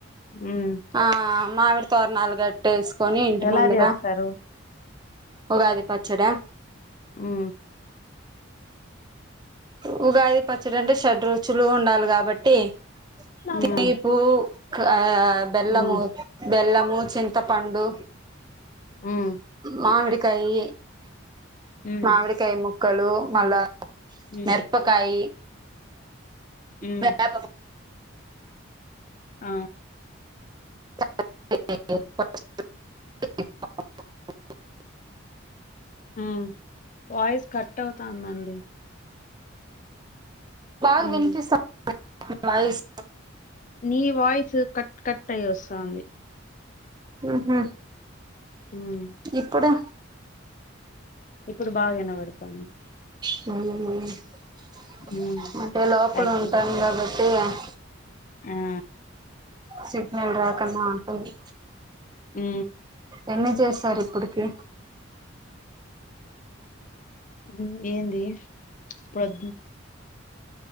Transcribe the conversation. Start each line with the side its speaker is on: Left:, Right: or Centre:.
Left: మ్మ్
Right: ఆ మామిడి తొరణాలు కాట్టేసి కొని ఇంటి
Left: ఎలా
Right: ముందర
Left: చేస్తారు
Right: ఉగాది పచ్చడ
Left: హు
Right: హు ఉగాది పచ్చడి అంటే షడ్ రుచులు ఉండాలి కాబట్టి
Left: మ్మ్
Right: తీపు ఆ బెల్లం
Left: మ్మ్
Right: బెల్లము చింతపండ పండు
Left: మ్మ్
Right: మామిడి కాయ
Left: మ్మ్
Right: మామిడి కాయ ముక్కలు లో మళ్ల
Left: మ్మ్
Right: మిరపకాయ
Left: మ్మ్
Right: మ ప <unintelligible>
Left: ఆ
Right: <unintelligible>
Left: హు వాయిస్ కట్ అవుతా ఉందండి
Right: బాగ
Left: మ్మ్
Right: వినిపిస్త <unintelligible> వాయిస్
Left: నీ వాయిస్ కట్ కట్ అయి వస్తా వుంది
Right: ఉహు
Left: మ్మ్
Right: ఇప్పుడు
Left: ఇప్పుడు బాగ వినబడతాంది
Right: <unintelligible>
Left: మ్మ్
Right: అంటే లోపల
Left: థాంక్యూ
Right: ఉంటాం కాబట్టి <unintelligible>
Left: ఆ
Right: సెట్ మళ్లి రాకమ్మ అంటుంది
Left: హు
Right: ఎన్ని చేశారు ఇప్పుడికి
Left: హు ఏంది పద్ద్